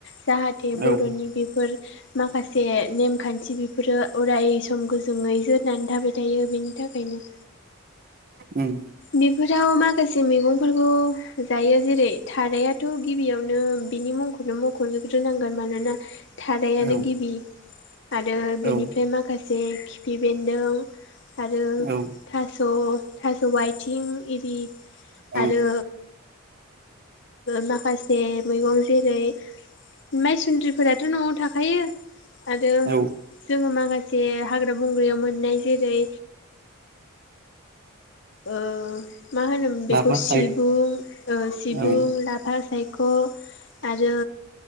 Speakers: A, on the left; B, on the right.
A: जाहाथे बर'नि
B: औ
A: बेफोर माखासे जे नेमखान्थि बेफोरो अराय सम गोजोै जोरनानै थाबाय थायो बेनि थाखायनो
B: उम
A: बेफोराव मा माखासे मैगंफोरखौ जायो जेरै थारायथ' गिबियावनो बिनि मुंखौ नो मख'जोबग्रोनांगोन मानोना थारायानो
B: औ
A: गिबि आरो बिनिफ्राय
B: औ
A: माखासे एसे खिफि बेन्दों आरो
B: औ
A: थास' थास' आथिं
B: औ
A: आरो माखासे मैगं जेरै माइसुन्द्रि फोराथ' न'आव थाखायो आरो
B: औ
A: जोङो माखासे माखासे हाग्रा बंग्रायाव मोननाय जेरै ओ मा होनोमोन बेखौ
B: लाफा
A: सिबुं
B: सायख
A: ओ सिबुं
B: औ
A: लाफा साय ख' आरो